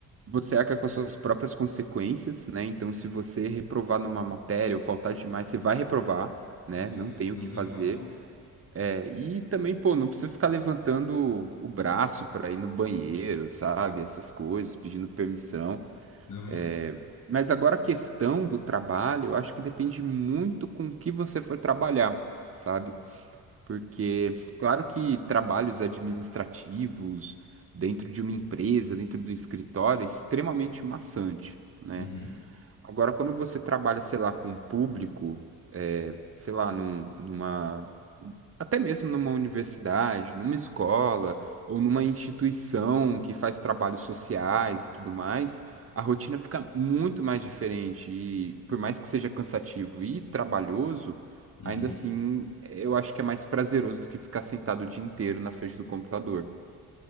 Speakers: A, on the right (about 35°); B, on the left (about 50°).
A: você arca com as suas próprias consequências, né? Então, se você reprovar numa matéria ou faltar demais, você vai reprovar, né?
B: sim,
A: Não tem
B: não
A: o que fazer.
B: tem papo.
A: É, e também, pô, não precisa ficar levantando o braço pra ir no banheiro, sabe? Essas coisas, pedindo permissão.
B: Aham.
A: É, mas agora a questão do trabalho, eu acho que depende muito com o que você for trabalhar, sabe? Porque, claro que trabalhos administrativos dentro de uma empresa, dentro do escritório, é extremamente maçante. né?
B: Uhum.
A: Agora, quando você trabalha, sei lá, com um público, é, sei lá, num- numa, até mesmo numa universidade, numa escola ou numa instituição que faz trabalhos sociais e tudo mais, a rotina fica muito mais diferente. E por mais que seja cansativo e trabalhoso,
B: Uhum.
A: ainda assim, eu acho que é mais prazeroso do que ficar sentado o dia inteiro na frente do computador.